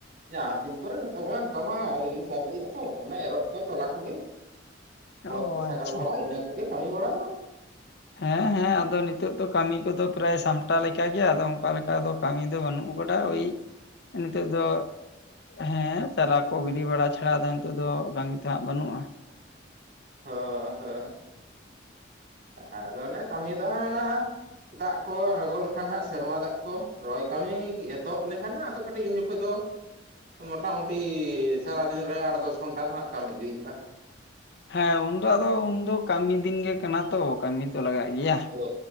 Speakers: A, on the right (about 60°); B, on the left (about 55°).
A: ᱡᱟᱦᱟᱸ ᱛᱤᱱ ᱠᱚᱨᱮ ᱛᱚᱚᱱ ᱚᱱᱠᱟ ᱢᱟ ᱟᱨ ᱥᱟᱨᱫᱤᱜ ᱟᱛᱚ ᱦᱟᱱᱮ ᱮᱨᱚᱜ ᱠᱚ ᱛᱚᱞᱟ ᱠᱚᱜᱮ ᱠᱷᱚᱛ
B: ᱚ
A: ᱠᱚ ᱥᱟᱜᱟᱲ
B: ᱟᱪᱪᱷᱟ
A: ᱵᱟᱲᱟ ᱤᱱᱟᱹ ᱠᱚᱜᱮ ᱠᱟᱹᱢᱤ ᱵᱟᱲᱟ ᱫᱚ
B: ᱦᱮᱸ ᱦᱮᱸ ᱟᱫᱚ ᱱᱤᱛᱚᱜ ᱫᱚ ᱠᱟᱹᱢᱤ ᱠᱚᱫᱚ ᱯᱨᱟᱭ ᱥᱟᱢᱴᱟᱣ ᱞᱮᱠᱟ ᱜᱮ ᱟᱫᱚ ᱚᱱᱠᱟ ᱞᱮᱠᱟ ᱠᱟᱹᱢᱤ ᱫᱚ ᱵᱟᱹᱱᱩᱜ ᱠᱟᱫᱟ ᱳᱭ ᱱᱤᱛᱚᱜ ᱫᱚ ᱦᱮᱸ ᱪᱟᱨᱟ ᱠᱚ ᱜᱤᱰᱤ ᱵᱟᱲᱟ ᱪᱷᱟᱲᱟ ᱫᱚ ᱱᱤᱛᱚᱜ ᱫᱚ ᱠᱟᱹᱢᱤ ᱫᱚᱦᱟᱸᱜ ᱵᱟᱹᱱᱩᱜᱼᱟ
A: ᱦ ᱦᱳᱭ ᱟᱫᱚ ᱚᱱᱮ ᱠᱟᱹᱢᱤ ᱫᱚ ᱦᱟᱱᱟ ᱫᱟᱜ ᱠᱚ ᱟᱬᱜᱚ ᱞᱮᱠᱷᱟᱱ ᱦᱜ ᱥᱮᱨᱢᱟ ᱫᱟᱜ ᱠᱚ ᱨᱚᱦᱚᱭ ᱠᱟᱹᱢᱤ ᱮᱛᱚᱦᱚᱵ ᱞᱮᱱᱠᱷᱟᱱ ᱟᱫᱚ ᱠᱟᱹᱴᱤᱡ ᱩᱱ ᱡᱚᱠᱷᱚᱱ ᱫᱚ ᱢᱳᱚᱴᱟᱟᱢᱩᱴᱤ ᱥᱟᱨᱟᱫᱤᱱ ᱨᱮ ᱟᱴ ᱫᱚᱥ ᱜᱷᱚᱱᱴᱟ ᱫᱚ ᱦᱟᱜ ᱠᱟᱹᱢᱤ ᱜᱮ ᱦᱩᱭᱩᱜᱼᱟ
B: ᱦᱮᱸ ᱩᱱᱫᱚ ᱟᱫᱚ ᱩᱱᱫᱚ ᱠᱟᱹᱢᱤ ᱫᱤᱱ ᱜᱮ ᱠᱟᱱᱟ ᱛᱚ ᱠᱟᱹᱢᱤ ᱛᱚ ᱞᱟᱜᱟᱜ ᱜᱮᱭᱟ
A: ᱚ